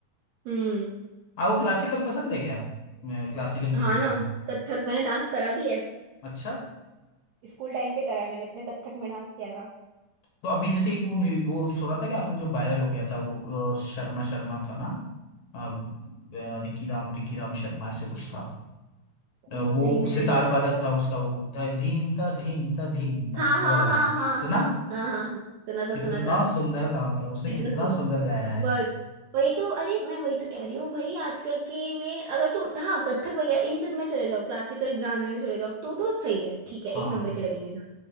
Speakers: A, on the right; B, on the left.
A: हम्म
B: आपको क्लासिकल पसंद है क्या क्लासिकल म्यूजिक
A: हाँ ना
B: है वो
A: कथक मैंने डांस करा भी है
B: अच्छा
A: स्कूल टाइम पे करा है मैंने अपने कथक में डांस किया था
B: तो अभी जैसे एक वो mu- वो सुना था कि आपने जो वायरल हो गया था वो अ, शर्मा शर्मा था ना अ, अ, रिकी राम रिकी राम शर्मा ऐसे कुछ था अ,
A: नहीं
B: वो
A: मैंने
B: सितार
A: नहीं सुना
B: वादक था उसका वो ध- धीम था धीम था धीम था
A: हाँ
B: वो
A: हाँ
B: वाला
A: हाँ हाँ
B: सुना
A: हाँ हाँ हाँ हाँ सुना था
B: कितना
A: सुना था
B: सुंदर था मतलब उसने
A: इतना
B: कितना
A: सुन
B: सुंदर गाया है
A: वर्ड्स वही तो अरे मैं वही तो कह रही हूँ भाई आजकल के में अगर तुम हाँ कथक वगैरह इन सब में चले जाओ क्लासिकल गाने में चले जाओ तो तो सही है ठीक है
B: हाँ
A: एक नंबर के लगेंगे डांस